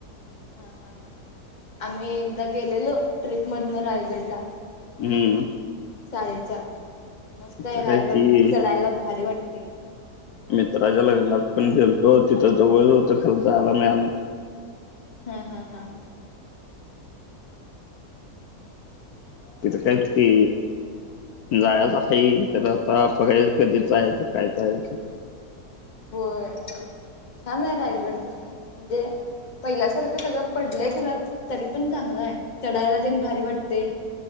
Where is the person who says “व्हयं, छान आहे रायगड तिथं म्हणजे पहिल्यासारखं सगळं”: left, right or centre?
Left